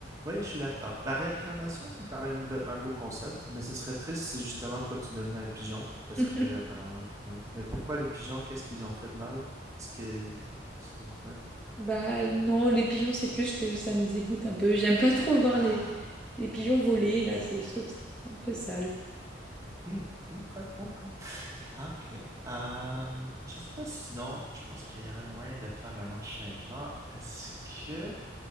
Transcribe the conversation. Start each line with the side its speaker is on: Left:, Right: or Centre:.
Right: Oui, je suis d'accord. La réincarnation, c'est quand même be- un beau concept, mais ce serait triste si justement toi tu devenais un pigeon, parce
Centre: <laughs>
Right: que apparemment, ouais. Mais pourquoi les pigeons, qu'est-ce qu'ils ont fait de mal? Est-ce que c'est- ouais.
Centre: Bah non, les pigeons, c'est plus que ça me dégoûte un peu. J'aime pas trop voir
Right: Ah,
Centre: les, les pigeons voler, là, c'est, je trouve ça un peu sale.
Right: hmm, ok, ok. Ah, Ok. Euh, je sais pas si sinon, je pense qu'il y aurait moyen de faire un enchaînement. Est-ce que